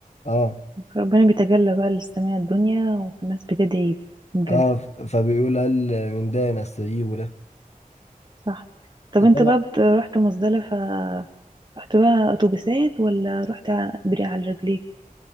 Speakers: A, on the left (about 50°); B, on the right (about 30°).
A: اه
B: ربنا بيتجلى بقى للسماء الدنيا والناس بتدعي بجد
A: اه فبيقول هل من ده نستجيب له
B: صح طب انت
A: فطبعا
B: بقى بت- رحت مزدلفة رحت بقى اتوبيسات ولا رحت ع- بري على رجليك